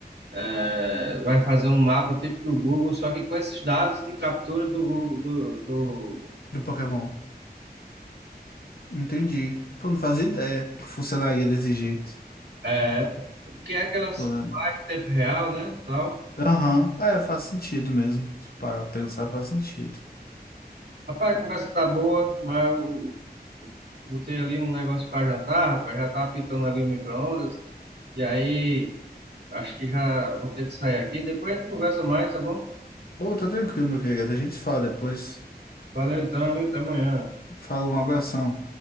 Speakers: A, on the right; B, on the left.
A: eh, vai fazer um mapa tipo do Google, só que com esses dados de captura do Google, do, do,
B: Do Pokémon. Entendi. Pô, não fazia ideia que funcionaria desse jeito.
A: é, porque é aquelas
B: Pulando.
A: ah, em tempo real, né? Tal.
B: Aham. É, faz sentido mesmo. Para pensar, faz sentido.
A: Rapaz, a conversa tá boa, mas eu botei ali um negócio para jantar, rapaz, já tá apitando ali o micro-ondas, e aí. Acho que já vou ter que sair aqui. Depois a gente conversa mais, tá bom?
B: Pô, tá tranquilo, meu querido. A gente se fala depois.
A: Valeu então, e até amanhã.
B: Fala um abração.